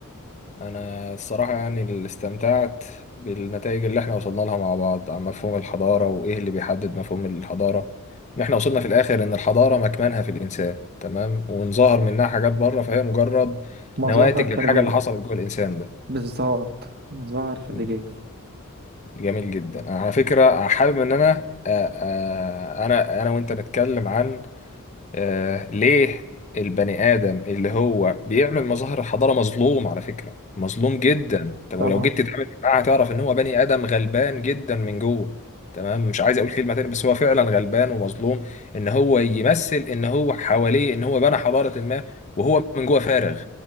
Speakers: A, on the left; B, on the right.
A: انا الصراحه يعني اللي استمتعت بالنتائج اللي احنا وصلنا لها مع بعض عن مفهوم الحضاره وايه اللي بيحدد مفهوم الحضاره ان احنا وصلنا في الاخر ان الحضاره مكمنها في الانسان تمام وان ظهر منها حاجات بره فهي مجرد
B: مظاهر
A: نواتج
B: خارجية
A: للحاجه اللي حصلت جوه الانسان
B: بالظبط مظاهر خارجية
A: ده جميل جدا انا على فكره حابب ان انا آه، آه، انا انا وانت نتكلم عن آه ليه البني آدم اللي هو بيعمل مظاهر حضارة مظلوم على فكرة مظلوم جدا طب
B: طبعا
A: ولو جيت تتعامل معاه هتعرف إن هو بني آدم غلبان جدا من جوه تمام مش عايز أقول كلمة تاني بس هو فعلا غلبان ومظلوم إن هو يمثل إن هو حواليه إن هو بنى حضارة ما وهو من جوه فارغ